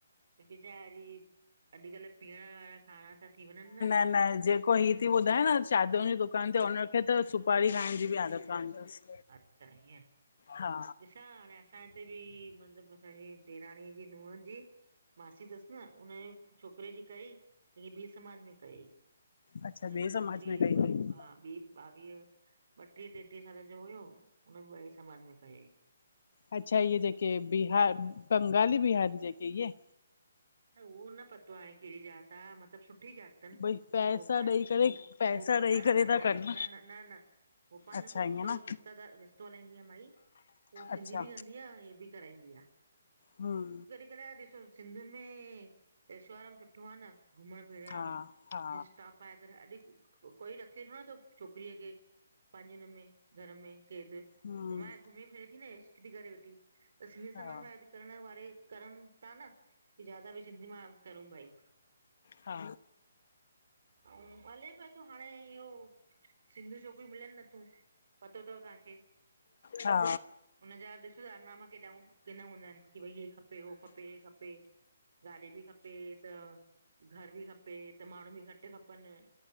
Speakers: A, on the right (about 60°); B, on the left (about 55°).
A: छोकि छा अॼु ई अॼुकल्ह पीअण वारा खाना त थी वञनि न
B: अल्हाए जेको पो हीअ थी ॿुधाए न चादरुनि जी दुकान ते हुन खे त सुपारी खाइण जी बि आदत कोन अथसि।
A: अच्छा ईअं,
B: हा
A: ॾिसा हाणे छा हिते बि, मतलब असांजी ॾेराणीअ जी नूंहं जी मासी तस न, उनजे छोकरे जी कयई, लेकिन ॿी समाज में कयई।
B: अच्छा
A: उनजी
B: ॿिए
A: बि
B: समाज
A: ऊंट्रीह
B: में कई अथई
A: आ भाभी! ॿावीह ॿट्रीह ट्रेट्रीह साल जो हुयो, हुन ॿेई समाज में कयईं।
B: अच्छा, इहे जेके बिहार, बंगाली, बिहारी जेके इये?
A: न उहो न पतो आहे, केड़ी जात आ, मतलब सुठी जात तन,
B: भई पैसा
A: भोपाल
B: ॾेई
A: जी
B: करे
A: भो
B: पैसा
A: भोपा
B: ॾेई
A: न
B: करे
A: न न
B: था
A: न न
B: कनि
A: न न न न भोपाल
B: अच्छा
A: में को
B: ईअं
A: रिश्तो
B: न
A: रिश्त रिश्तो हलाईंदी आ माई, उहो सिंधी
B: अच्छा
A: बि कंदी आ, हे बि। कराईंदी आ।
B: हूं
A: अॼकल्ह ॾिसो, सिंधियुन में एशोआराम सुठो आ न, घुमण फिरण,
B: हा हा
A: जींस टाप पाए करे, अॼ कोई रखे थोड़ नथो छोकरीअ खे पांजे हुनमें, घर में केद,
B: हूं
A: घुमाए घुमे फिरे थी न, एशक थी करे वेठी। त सिंधी समाज
B: हा
A: में अॼ करण वारे करन ता न, कि ज़्यादा बि सिंधी मां करूं भाई।
B: हा
A: अऊं, हले प्यो थो, हाणे इहो सिंधी छोकरयूं मिलन नथियूं। पतो तव तहांखे,
B: हा
A: हुनजा ॾिसो ता आरनामा केॾा किना हूंदा एन। की भई हे खपे, हो खपे, हे खपे। गाॾी बि खपे, त घर बि खपे, त माण्हूं बि घट खपन।